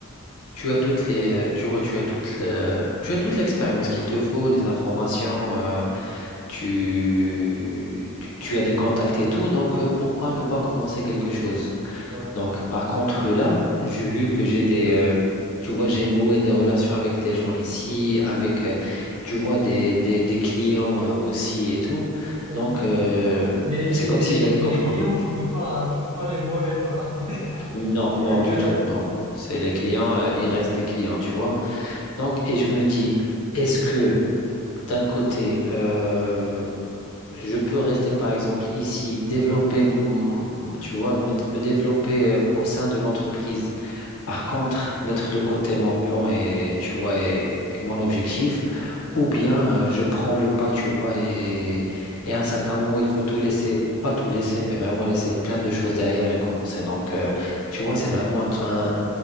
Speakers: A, on the left (about 75°); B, on the right (about 25°).
A: tu as toutes les, tu vois, tu as toute le, tu as toute l'expérience qu'il te faut, les informations, euh, tu, tu tu as des contacts et tout, donc euh, pourquoi ne pas commencer quelque chose?
B: Ouais,
A: Donc, par contre, là, j'ai vu que j'ai des, euh, tu vois, j'ai noué des relations avec des gens ici, avec, euh, tu vois, des, des, des clients euh, aussi et tout.
B: ok.
A: Donc, euh,
B: Mais les, cli-
A: c'est comme
B: mais
A: si
B: les,
A: j'allais
B: cli- mais
A: comprendre.
B: les clients, tu peux pas, hein, tu peux pas les voler par la suite.
A: Non,
B: <laughs>
A: non, du tout, non. C'est les clients, euh, ils restent des clients, tu vois. Donc, et je me dis, est-ce que d'un côté, euh, je peux rester, par exemple, ici, développer, mon- tu vois, me, me développer euh,
B: Ouais,
A: au sein
B: ouais.
A: de l'entreprise Par contre, mettre de côté mon plan et, tu vois, et, et mon objectif,
B: Hmm.
A: ou bien euh, je prends le pas, tu vois, et, et à un certain moment, il faut tout laisser, pas tout laisser, mais vraiment laisser plein de choses derrière et commencer. Donc, euh, tu vois, c'est vraiment un, un,